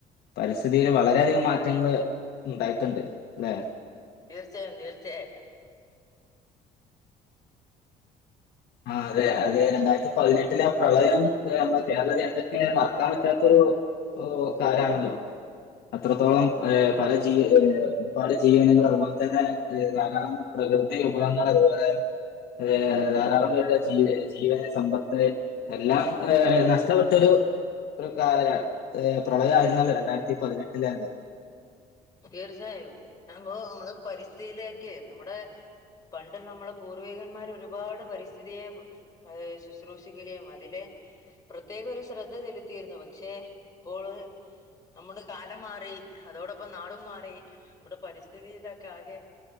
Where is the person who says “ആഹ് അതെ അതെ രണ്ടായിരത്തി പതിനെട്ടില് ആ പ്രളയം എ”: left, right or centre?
Left